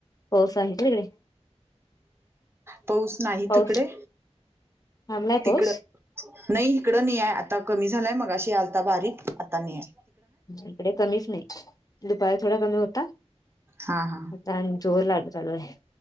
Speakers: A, on the left (about 30°); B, on the right (about 20°).
A: पाऊस आहे का तिकडे?
B: पाऊस नाही
A: पाऊस
B: तिकडे?
A: थांबलाय पाऊस
B: तिकडं, नई हिकडं नई ए. आता कमी झालाय, मगाशी आलता बारीक, आता नाई ए.
A: इकडे कमीच नई. दुपारी थोडा कमी होता.
B: हा हा
A: फॅन जोहलाड चालू ए.